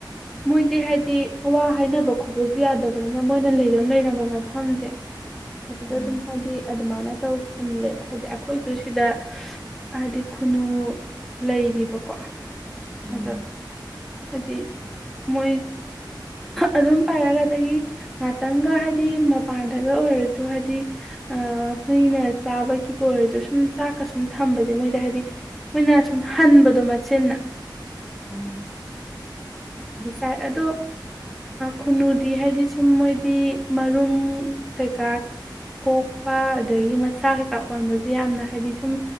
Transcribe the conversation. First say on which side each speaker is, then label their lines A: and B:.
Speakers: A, in the centre; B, on the left (about 25°).
A: ꯃꯣꯏꯗꯤ ꯍꯥꯏꯗꯤ ꯋꯥ ꯍꯥꯏꯅꯕ ꯈꯣꯠꯄꯁꯨ ꯌꯥꯗꯕꯅꯤꯅ ꯃꯣꯏꯅ ꯂꯩꯔꯝ ꯂꯩꯔꯝꯕ ꯃꯐꯝꯁꯦ ꯑꯗꯨꯗ
B: ꯎꯝ
A: ꯑꯗꯨꯝ ꯍꯥꯏꯗꯤ ꯑꯗꯨꯃꯥꯏꯅ ꯇꯧꯁꯤꯜꯂꯦꯕ ꯍꯥꯏꯗꯤ ꯑꯩꯈꯣꯏ ꯁꯨ ꯁꯤꯗ ꯍꯥꯏꯗꯤ ꯈꯨꯅꯨ ꯂꯩꯔꯤꯕꯀꯣ
B: ꯎꯝ
A: ꯑꯗꯣ ꯍꯥꯏꯗꯤ ꯃꯣꯏ ꯑꯗꯨꯝ ꯄꯥꯏꯔꯛꯑꯒꯗꯒꯤ ꯉꯥꯛꯇꯪꯒ ꯍꯥꯏꯗꯤ ꯃꯄꯥꯟꯗꯒ ꯑꯣꯏꯔꯁꯨ ꯍꯥꯏꯗꯤ ꯍꯨꯏꯅ ꯆꯥꯕꯒꯤꯕꯨ ꯑꯣꯏꯔꯁꯨ ꯁꯨꯝ ꯆꯥꯛꯀ ꯁꯨꯝ ꯊꯝꯕꯁꯦ ꯃꯣꯏꯗ ꯍꯥꯏꯗꯤ ꯃꯣꯏꯅ ꯁꯨꯝ ꯍꯟꯕꯗꯣ ꯃꯠꯆꯤꯟꯅ
B: ꯎꯝ
A: ꯇꯥꯏ ꯑꯗꯣ ꯈꯨꯟꯅꯨꯗꯤ ꯍꯥꯏꯗꯤ ꯁꯨꯝ ꯃꯣꯏꯗꯤ ꯃꯔꯨꯝ ꯀꯩꯀꯥ ꯀꯣꯛꯄ ꯑꯗꯒꯤ ꯃꯆꯥ ꯀꯩꯀꯥ ꯑꯣꯟꯕꯁꯦ ꯌꯥꯝꯅ ꯍꯥꯏꯗꯤ ꯁꯨꯝ